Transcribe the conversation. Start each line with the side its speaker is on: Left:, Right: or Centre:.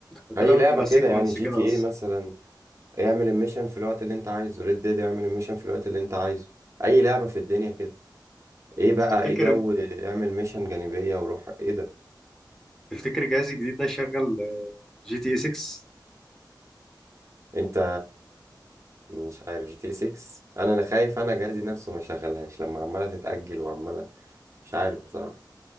Centre: انت
Right: اي
Centre: اللعبه
Right: لعبه
Centre: بتبقى
Right: كده
Centre: سيكونس
Right: يعني جي
Centre: كده
Right: تي ايه
Centre: اصلا
Right: مثلا اعمل الميشن في الوقت اللي انت عايزه ريد ديد اعمل الميشن في الوقت اللي انت عايزه اي لعبة في الدنيا كده ايه
Centre: انت
Right: بقى
Centre: تفتكر
Right: ايه جو اعمل ميشن جانبية وروح ايه ده
Centre: تفتكر جهاز الجديد ده يشغل جي تي اي 6
Right: انت مش عارف جي تي 6 انا انا خايف انا جهازي نفسه ما يشغلهاش لما عمالة تتأجل وعمالة مش عارف بصراحة